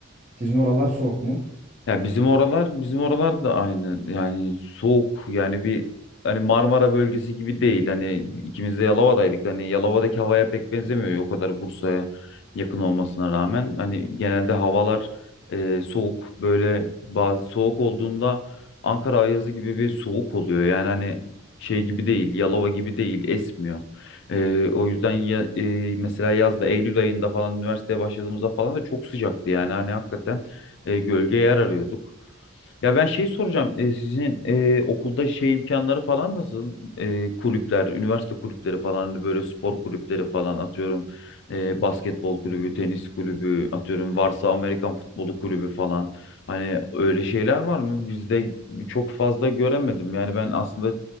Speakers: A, on the right; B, on the left.
A: Sizin oralar soğuk mu?
B: Ya bizim oralar bizim oralar da aynı yani soğuk yani bir hani Marmara bölgesi gibi değil hani ikimiz de Yalova'daydık hani Yalova'daki havaya pek benzemiyor o kadar Bursa'ya yakın olmasına rağmen hani genelde havalar e, soğuk böyle bazı soğuk olduğunda Ankara ayazı gibi bir soğuk oluyor yani hani şey gibi değil Yalova gibi değil esmiyor E, o yüzden ya, e, mesela yazda Eylül ayında falan üniversiteye başladığımızda falan da çok sıcaktı yani hani hakikaten e, gölge yer arıyorduk. Ya ben şey soracağım. e, sizin e, okulda şey imkanları falan nasıl? E, kulüpler, üniversite kulüpleri falan hani böyle spor kulüpleri falan atıyorum. e, basketbol kulübü, tenis kulübü atıyorum. Varsa Amerikan futbolu kulübü falan. Hani öyle şeyler var mı? Bizde çok fazla göremedim. Yani ben aslında